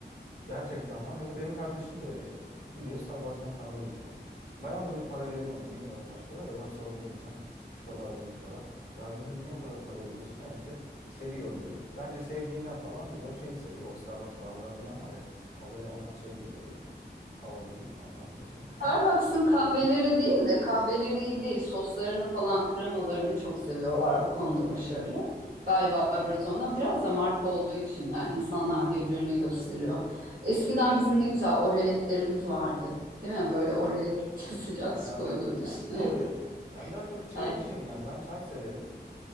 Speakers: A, on the left (about 60°); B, on the right (about 55°).
A: Gerçekten var. Mesela benim kardeşim de öyle işte. Gidiyor Starbucks'tan kahve içiyor. Bayağı da bir para veriyor ona. Bilmiyorum kaç para da ben sordum geçen. Şu kadar dedi para. Ya dedim niye o kadar para veriyorsun? E işte seviyorum diyor. Bence sevdiğinden falan değil. O şeyi seviyor. O Starbucks bardağı falan var ya. O böyle ona şey geliyor böyle çok havalı geliyor onu onu taşımak. <laughs>
B: Starbucks'ın kahveleri
A: Hı.
B: değil de kahveleri iyi değil. Soslarını falan kremalarını çok seviyorlar. O konuda başarılı. Galiba biraz ondan. Biraz da marka olduğu için yani insanlar birbirine gösteriyor. Eskiden bizim ne güzel oreletlerimiz vardı. Değil mi? Böyle orelet <laughs> sıcak su
A: Ya
B: koyulurdu
A: ben
B: üstüne.
A: <laughs> evet. Ben daha çok
B: <laughs>
A: çaycıyım yani. Ben çay severim.